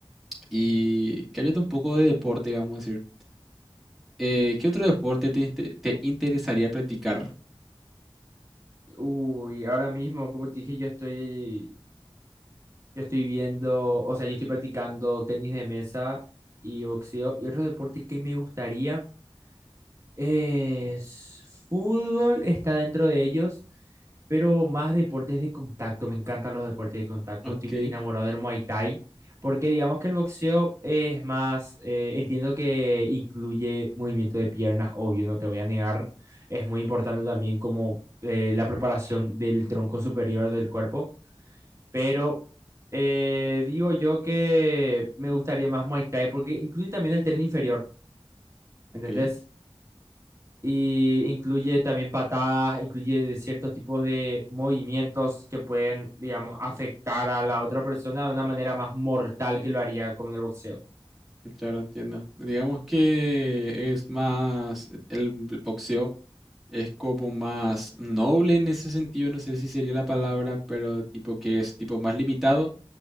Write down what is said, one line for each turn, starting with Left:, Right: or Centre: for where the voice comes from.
Centre: Y cambiando un poco de deporte, vamos a decir. eh, ¿qué otro deporte te, inter- te interesaría practicar?
Right: uy, ahora mismo, como te dije, yo estoy, yo estoy viendo, o sea, yo estoy practicando tenis de mesa y boxeo y otro deporte que me gustaría Es, fútbol está dentro de ellos, pero más deportes de contacto. Me encantan los deportes de contacto.
Centre: Ok,
Right: Estoy muy enamorado del Muay Thai, porque digamos que el boxeo es más, eh, entiendo que incluye movimiento de piernas, obvio, no te voy a negar. Es muy importante también como eh, la preparación del tronco superior del cuerpo, pero... eh, digo yo que me gustaría más Muay Thai porque incluye también el tren inferior,
Centre: ok.
Right: ¿entendés? y incluye también patadas, incluye ciertos tipos de movimientos que pueden, digamos, afectar a la otra persona de una manera más mortal que lo haría como en el boxeo.
Centre: Claro, entiendo. Digamos que es más, e, el boxeo es como más noble en ese sentido, no sé si sería la palabra, pero tipo que es tipo más limitado